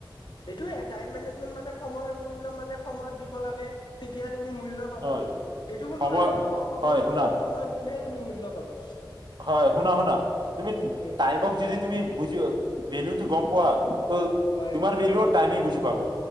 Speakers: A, on the left (about 65°); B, on the right (about 65°).
A: এইটোয়ে টাইম মেনেজমেন্ট মানে সময়ৰ মূল্য মানে সময়ত দিব লাগে তেতিয়া তুমি মূল্য পাবা
B: হয়
A: এইটো কোনটো
B: সময়
A: হয় কিন্তু সময়ৰ
B: হয় শুনা
A: মূল্য সময়ত দিলেহে তুমি মূল্য কলা
B: হয় শুনা শুনা তুমি
A: এনেকুৱা
B: টাইমক যদি তুমি বুজি ভেলোটো গম পোৱা ত'
A: হয়
B: তোমাৰ ভেলুও টাইমে বুজি পাব